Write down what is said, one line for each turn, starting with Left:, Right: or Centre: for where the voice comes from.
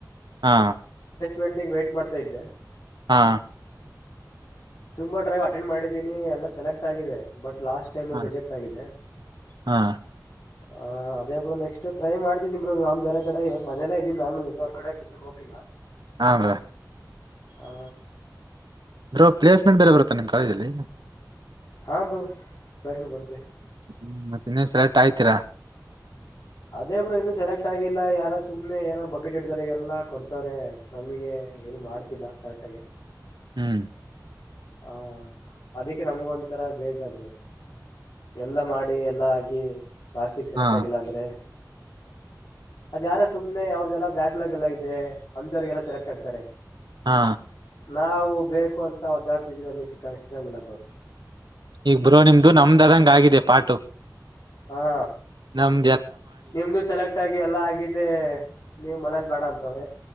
Right: ಹಾ
Left: ಗಂಟೆಗೆ ವೈಟ್ ಮಾಡ್ತಾ ಇದ್ದೆ
Right: ಹಾ
Left: ತುಂಬಾ ಡ್ರೈವ್ ಅಟೆಂಡ್ ಮಾಡಿದ್ದೀನಿ ಎಲ್ಲಾ ಸೆಲೆಕ್ಟ್ ಆಗಿದೆ ಬಟ್ ಲಾಸ್ಟ್ ಟೈಮ್ ಅಲ್ಲಿ
Right: ಹಾ
Left: ರಿಜೆಕ್ಟ್ ಆಗಿದೆ
Right: ಹಾ
Left: ಹ ಅದೇ ಬ್ರ ನೆಕ್ಸ್ಟ್ ಟ್ರೈ ಮಾಡ್ತಿದೀಿರು ನಾನ್ ಬೇರೆ ಕಡೆ ಇವತ್ ಮನೇಲ್ಲ ಇದೀನ ನಾನು ಎಲ್ಲರ ಕಡೆ ಕೆಲ್ಸಕ್ ಹೋಗಿಲ್ಲ
Right: ಹಮ್ರಾ
Left: ಹ
Right: ಬ್ರೊ ಪ್ಲೇಸ್ಮೆಂಟ್ ಬೇರೆ ಬರುತ್ತೆ ನಿಮ್ ಕಾಲೇಜಲ್ಲಿ
Left: ಹ ಬ್ರೊ ಪಶನ್ <unintelligible> ಬರುತ್ತೆ
Right: ಹ್ಮ್ ಮತ್ತೆ ಇನ್ನೇನ್ ಸೆಲೆಕ್ಟ್ ಆಯ್ತೀರಾ
Left: ಅದೇ ಬ್ರೊ ಇನ್ನು ಸೆಲೆಕ್ಟ್ ಆಗಿಲ್ಲ ಯಾರೊ ಸುಮ್ನೆ ಏನೊ ಬಕೆಟ್ ಇಡ್ದೋರ್ಗೆಲ್ಲಾ ಕೊಡ್ತವ್ರೆ ನಮ್ಗೆ ಏನು ಮಾಡ್ತಿಲ್ಲ ಕರೆಕ್ಟಾಗಿ
Right: ಹ್ಮ್
Left: ಹಾ ಅದಿಕ್ಕೆ ನಮ್ಗ ಒಂಥರ ಬೇಜಾರ್ ಬ್ರೊ ಎಲ್ಲಾ ಮಾಡಿ ಎಲ್ಲಾ ಆಗಿ ಲಾಸ್ಟಿಗ್ ಸೆಲೆಕ್ಟ್
Right: ಹಾ
Left: ಆಗಿಲ್ಲ ಅಂದ್ರೆ ಅದ ಯಾರೋ ಸುಮ್ನೆ ಅವ್ರಗೆಲ್ಲ ಬ್ಯಾಕ್ಲಾಗ್ ಎಲ್ಲಾ ಇದೆ ಅಂತವ್ರಿಗೆಲ್ಲ ಸೆಲೆಕ್ಟ್ ಆಗ್ತಾರೆ
Right: ಹಾ
Left: ನಾವು ಬೇಕು ಅಂತ ಒದ್ದಾಡ್ತಿದ್ದೀರ ನೀ ಸಿಕ್ಕಾಂಗ ಸಿಕ್ಕಂಗಿಲ್ಲ ಬ್ರೊ
Right: ಈಗ್ ಬ್ರೋ ನಿಮ್ದು ನಮ್ದದಂಗ ಆಗಿದೆ ಪಾಟು
Left: ಹಾ
Right: ನಮ್
Left: ನಿಮ್ದು ಸೆಲೆಕ್ಟ್ ಆಗಿ ಎಲ್ಲಾ ಆಗಿದ್ದೆ ನೀವ್ ಮನೇಲಿ ಬೇಡ ಅಂತವ್ರೆ